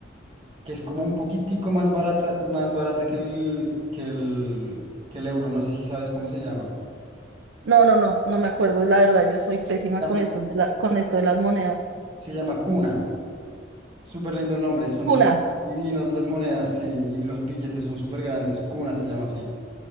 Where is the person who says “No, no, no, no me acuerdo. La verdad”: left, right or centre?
Right